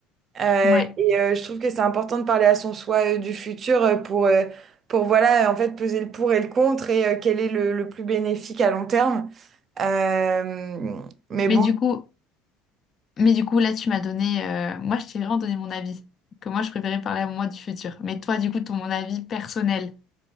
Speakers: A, on the right; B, on the left.
A: Euh,
B: Ouais.
A: et euh, je trouve que c'est important de parler à son soi euh, du futur euh, pour, euh, pour voilà, en fait, peser le pour et le contre et euh, quel est le, le plus bénéfique à long terme. Euh, mais
B: Mais
A: bon.
B: du coup, Mais du coup, là, tu m'as donné. euh, moi, je t'ai vraiment donné mon avis. Que moi, je préférais parler à moi du futur. Mais toi, du coup, ton mon avis personnel.